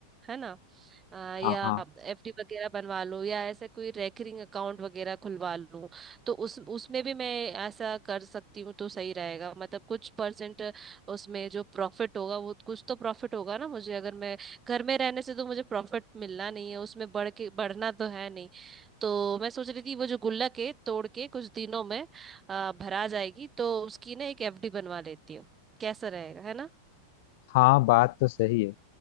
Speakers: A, on the right; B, on the left.
A: है ना अ,
B: हाँ
A: या
B: हाँ
A: एफडी वगैरह बनवा लूं या ऐसे कोई रेकरिंग अकाउंट वगैरह खुलवा लूं तो उस उसमें भी मैं ऐसा कर सकती हूँ तो सही रहेगा मतलब कुछ परसेंट उसमें जो प्रॉफिट होगा वो कुछ तो प्रॉफिट होगा ना मुझे अगर मैं घर में रहने से तो मुझे प्रॉफिट मिलना नहीं है उसमें बढ़ के बढ़ना तो है नहीं तो मैं सोच रही थी वो जो गुल्लक है तोड़ के कुछ दिनों में आ, भरा जाएगी तो उसकी ना एक एफडी बनवा लेती हूँ कैसा रहेगा है ना
B: हाँ बात तो सही है